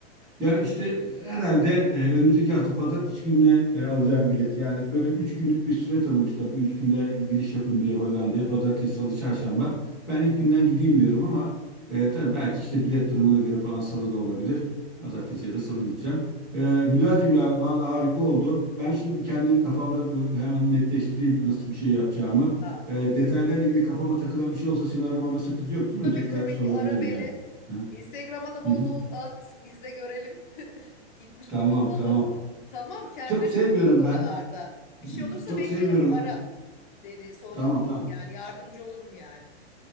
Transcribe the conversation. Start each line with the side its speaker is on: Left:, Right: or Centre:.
Centre: Ya işte e, herhalde e, önümüzdeki hafta pazartesi gününe e, alacağım bileti. Yani böyle üç günlük bir süre tanımışlar. Bu üç günde giriş yapın diye Hollanda'ya. Pazartesi, salı, çarşamba. Ben ilk günden gideyim diyorum ama e, tabii belki işte bilet durumuna göre falan salı da olabilir. Pazartesi ya da salı gideceğim. E, Hülya'cığım ya vallahi harika oldu. Ben şimdi bir kendi kafamda bu, hemen netleştireyim nasıl bir şey yapacağımı.
Left: Tamam.
Centre: E, detaylarla ilgili kafama takılan bir şey olsa seni aramamda sakınca yok değil
Left: Tabii
Centre: mi? Tekrar
Left: ki tabii
Centre: sorabilirim
Left: ki ara beni.
Centre: yani. Hı
Left: Instagram'a da bol
Centre: hı.
Left: bol at. Biz de görelim. <laughs> Gitmiş
Centre: Tamam
Left: gibi olalım.
Centre: tamam.
Left: Tamam kendine
Centre: Çok sevmiyorum
Left: çok iyi bak oralarda.
Centre: ben. Hmm,
Left: Bir şey olursa
Centre: Çok
Left: bekliyorum
Centre: sevmiyorum.
Left: ara. Beni sormak
Centre: Tamam
Left: için
Centre: tamam.
Left: yani yardımcı olurum yani.